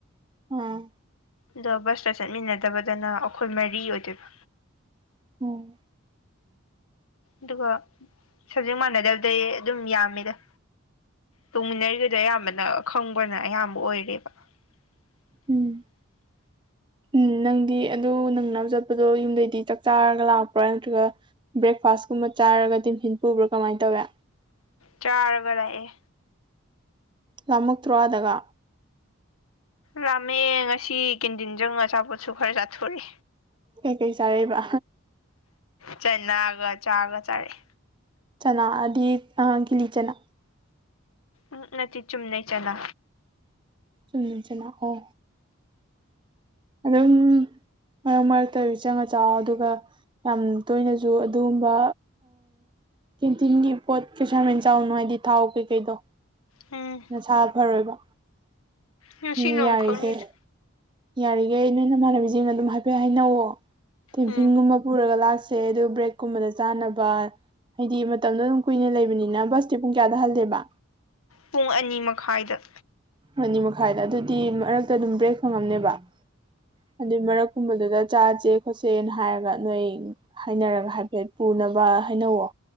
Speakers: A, on the right (about 20°); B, on the left (about 80°).
A: ꯎꯝ
B: ꯑꯗꯣ ꯕꯁꯇ ꯆꯠꯃꯤꯟꯅꯗꯕꯗꯅ ꯑꯩꯈꯣꯏ ꯃꯔꯤ ꯑꯣꯏꯗꯣꯏꯕ
A: ꯑꯣ
B: ꯑꯗꯨꯒ ꯁꯕꯖꯦꯛ ꯃꯥꯟꯅꯗꯕꯗꯩ ꯑꯗꯨꯝ ꯌꯥꯝꯃꯤꯗ ꯇꯣꯡꯃꯤꯟꯅꯔꯤꯕꯗꯣ ꯑꯌꯥꯝꯕꯅ ꯈꯪꯕꯅ ꯑꯌꯥꯝꯕ ꯑꯣꯏꯔꯦꯕ <unintelligible>
A: ꯎꯝ ꯎꯝ ꯅꯪꯗꯤ ꯑꯗꯨ ꯅꯪꯅꯕ ꯆꯠꯄꯗꯣ ꯌꯨꯝꯗꯩꯗꯤ ꯆꯥꯛ ꯆꯥꯔꯒ ꯂꯥꯛꯄ꯭ꯔꯥ ꯅꯠꯇ꯭ꯔꯒ ꯕ꯭ꯔꯦꯛꯐꯥꯁꯀꯨꯝꯕ ꯆꯥꯔꯒ ꯍꯤꯐꯤꯟ ꯄꯨꯕ꯭ꯔꯥ ꯀꯃꯥꯏꯅ ꯇꯧꯋꯦ
B: ꯆꯥꯔꯒ ꯂꯥꯛꯑꯦ
A: ꯂꯥꯃꯛꯇ꯭ꯔꯣ ꯑꯥꯗꯀꯥ
B: ꯂꯥꯃꯛꯑꯦ ꯉꯁꯤ ꯀꯦꯟꯖꯤꯟ ꯆꯪꯉꯥ ꯑꯆꯥꯄꯣꯠꯁꯨ ꯈꯔ ꯆꯥꯊꯣꯛꯑꯦ
A: ꯀꯩ ꯀꯩ ꯆꯥꯔꯛꯏꯕ
B: ꯆꯅꯥꯒ ꯆꯥꯒ ꯆꯥꯔꯛꯑꯦ
A: ꯆꯅꯥ ꯑꯗꯤ ꯀꯤꯂꯤ ꯆꯅꯥ
B: ꯎꯛ ꯅꯠꯇꯀ ꯆꯨꯝꯅꯩ ꯆꯅꯥ
A: ꯎꯝ ꯆꯅꯥ ꯑꯣ ꯑꯗꯨꯝ ꯃꯔꯛ ꯃꯔꯛꯇꯒ ꯆꯪꯉ ꯆꯥꯑꯣ ꯑꯗꯨꯒ ꯌꯥꯝ ꯇꯣꯏꯅꯁꯨ ꯑꯗꯨꯒꯨꯝꯕ ꯀꯦꯟꯇꯤꯟꯒꯤ ꯄꯣꯠ ꯀꯩꯁꯨ ꯌꯥꯝ ꯍꯦꯟꯅ ꯆꯥꯔꯨꯅꯨ ꯍꯥꯏꯗꯤ ꯊꯥꯎ ꯀꯩꯀꯩꯗꯣ
B: ꯎꯝ
A: ꯅꯁꯥ ꯐꯔꯣꯏꯕ
B: ꯉꯁꯤ
A: ꯑꯗꯨꯅ
B: ꯅꯣꯡꯃꯈꯛꯅꯤꯗ
A: ꯌꯥꯔꯤꯈꯩ ꯌꯥꯔꯤꯈꯩ ꯅꯣꯏꯅ ꯏꯃꯥꯟꯅꯕꯤꯁꯤꯡ ꯑꯗꯨꯝ ꯍꯥꯏꯐꯦꯠ ꯍꯥꯏꯅꯧꯋꯣ ꯇꯤꯐꯤꯟꯒꯨꯝꯕ
B: ꯎꯝ
A: ꯄꯨꯔꯒ ꯂꯥꯛꯁꯦ ꯑꯗꯨ ꯕ꯭ꯔꯦꯛꯀꯨꯝꯕꯗ ꯆꯥꯅꯕ ꯍꯥꯏꯗꯤ ꯃꯇꯝꯗꯣ ꯑꯗꯨꯝ ꯀꯨꯏꯅ ꯂꯩꯕꯅꯤꯅ ꯕꯁꯇꯤ ꯄꯨꯡ ꯀꯌꯥꯗ ꯍꯜꯂꯦꯕ
B: ꯄꯨꯡ ꯑꯅꯤ ꯃꯈꯥꯏꯗ
A: ꯑꯅꯤ ꯃꯈꯥꯏꯗ ꯑꯗꯨꯗꯤ ꯃꯔꯛꯇ ꯑꯗꯨꯝ ꯕ꯭ꯔꯦꯛ ꯐꯪꯉꯝꯅꯦꯕ ꯑꯗꯨꯏ ꯃꯔꯛ ꯀꯨꯝꯕꯗꯨꯗ ꯆꯥꯥꯁꯦ ꯈꯣꯠꯆꯦꯅ ꯍꯥꯏꯔꯒ ꯅꯣꯏ ꯍꯥꯏꯅꯔꯒ ꯍꯥꯏꯐꯦꯠ ꯄꯨꯅꯕ ꯍꯥꯏꯅꯧꯋꯣ